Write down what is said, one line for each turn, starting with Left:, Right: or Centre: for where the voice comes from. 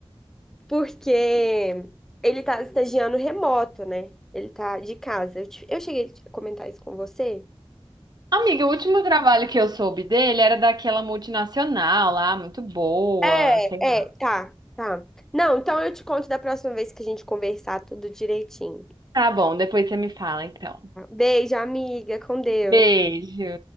Centre: porque ele tá estagiando remoto, né? Ele tá de casa. Eu, te- eu cheguei a comentar isso com você.
Right: Amiga, o último trabalho que eu soube dele era daquela multinacional lá, muito boa,
Centre: É,
Right: sei
Centre: é,
Right: lá.
Centre: tá, tá. Não, então eu te conto da próxima vez que a gente conversar tudo direitinho.
Right: Tá bom, depois você me fala, então.
Centre: Beijo, amiga. Com Deus.
Right: Beijo.